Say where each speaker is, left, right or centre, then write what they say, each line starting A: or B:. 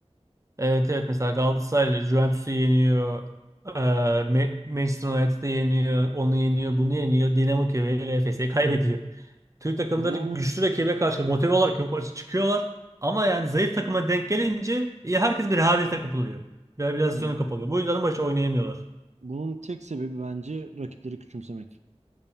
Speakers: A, on the right; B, on the right.
A: Evet evet mesela Galatasaray Juventus'u yeniyor. Ee, Ma- Manchester United'ı yeniyor. Onu yeniyor. Bunu yeniyor. Dinamo Kiev'e ile Efes'e kaybediyor. Türk takımları
B: Bunun,
A: güçlü rakibe karşı motive olarak yukarı çıkıyorlar. Ama yani zayıf takıma denk gelince e, herkes bir rehavete kapılıyor. Rehabilitasyona
B: ya bu-
A: kapılıyor. Bu yüzden maçı oynayamıyorlar.
B: bunun tek sebebi bence rakipleri küçümsemek.